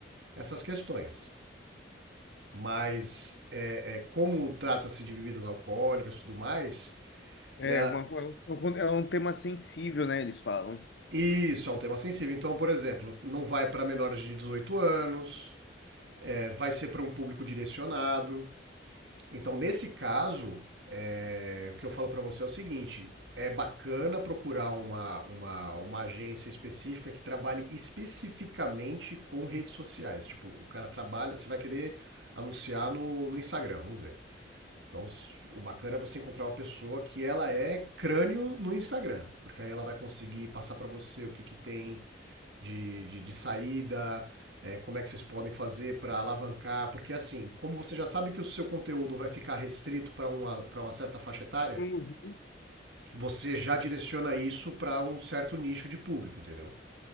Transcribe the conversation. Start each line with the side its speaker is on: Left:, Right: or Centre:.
Right: essas questões. Mas, é, é, como trata-se de bebidas alcoólicas e tudo mais,
Left: É,
Right: né,
Left: uma, é um tema sensível, né? Eles falam.
Right: isso é um tema sensível. Então, por exemplo, não vai para menores de 18 anos, é, vai ser para um público direcionado, Então, nesse caso, é, o que eu falo para você é o seguinte: é bacana procurar uma, uma, uma agência específica que trabalhe especificamente com redes sociais. Tipo, o cara trabalha, você vai querer anunciar no, no Instagram, vamos dizer. Então, o bacana é você encontrar uma pessoa que ela é crânio no Instagram, porque aí ela vai conseguir passar para você o que, que tem de, de, de saída, é, como é que vocês podem fazer para alavancar, porque assim, como você já sabe que o seu conteúdo vai ficar restrito para uma, para uma certa faixa etária,
Left: Uhum.
Right: você já direciona isso para um certo nicho de público, entendeu?